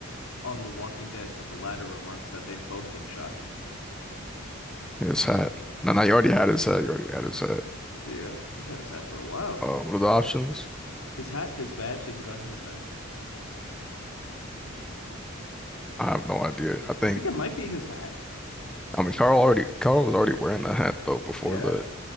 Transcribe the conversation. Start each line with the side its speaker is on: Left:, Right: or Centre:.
Left: on The Walking Dead when the latter remarks that they've both been shot?
Centre: His hat. No, no, you already had his hat. You already had his hat.
Left: Yeah, he's had his hat for a while.
Centre: Uh, what are the options?
Left: His hat, his badge, his gun, his knife.
Centre: I have no idea. I think
Left: I think it might be his hat.
Centre: I mean Carl already Carl was already wearing the hat though before
Left: Yeah,
Centre: the.